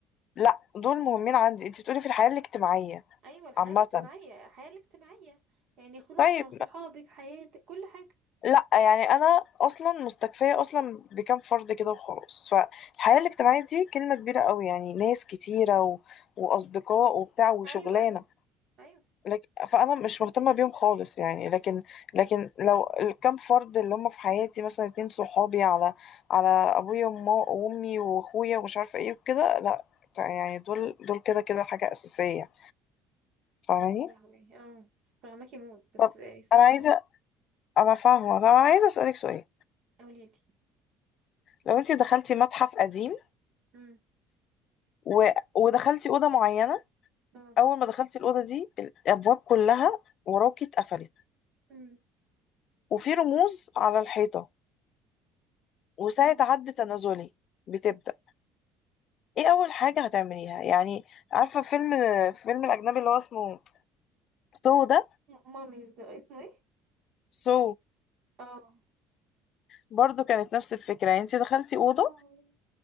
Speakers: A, on the left (about 50°); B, on the right (about 60°).
A: لا دول مهمين عندي انت بتقولي في الحياه الاجتماعيه
B: ايوه الحياه
A: عامه
B: الاجتماعيه الحياه الاجتماعيه يعني خروجك
A: طيب
B: مع صحابك حياتك كل حاجه
A: لا يعني انا اصلا مستكفيه اصلا بكام فرد كده وخلاص فالحياه الاجتماعيه دي كلمه كبيره قوي يعني ناس كتيره و... واصدقاء وبتاع وشغلانه
B: ايوه ايوه ايوه
A: لك... فانا مش مهتمه بيهم خالص يعني لكن لكن لو الكام فرد اللي هم في حياتي مثلا اتنين صحابي على على ابويا وما- وامي واخويا ومش عارفه ايه وكده لا يعني دول دول كده كده حاجه اساسيه فاهماني
B: يا لهوي اه فهماكي موت بس
A: طب
B: يعني صعبه
A: انا عايزه انا فاهمه طب انا عايزه اسالك سؤال
B: قولي لي
A: لو انت دخلتي متحف قديم
B: امم
A: و... ودخلتي اوضه معينه
B: اه
A: اول ما دخلتي الاوضه دي الابواب كلها وراكي اتقفلت
B: امم
A: وفي رموز على الحيطه وساعه
B: اه
A: عد تنازلي بتبدا ايه اول حاجه هتعمليها يعني عارفه فيلم فيلم الاجنبي اللي هو اسمه سو ده
B: م- ماميز ده اسمه ايه؟
A: سو
B: اه
A: برضو كانت نفس الفكره يعني انت دخلتي اوضه
B: يا لهوي